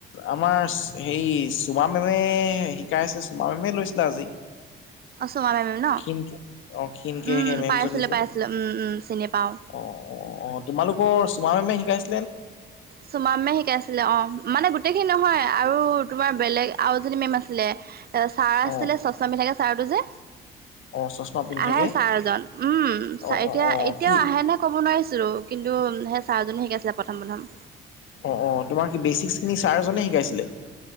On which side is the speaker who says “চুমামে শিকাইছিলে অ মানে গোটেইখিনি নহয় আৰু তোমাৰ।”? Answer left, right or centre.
Right